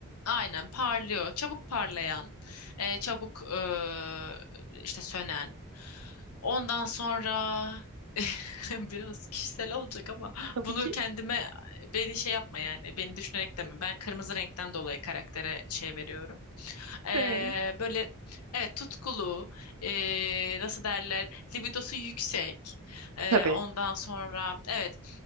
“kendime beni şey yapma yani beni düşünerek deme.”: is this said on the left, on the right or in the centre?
Left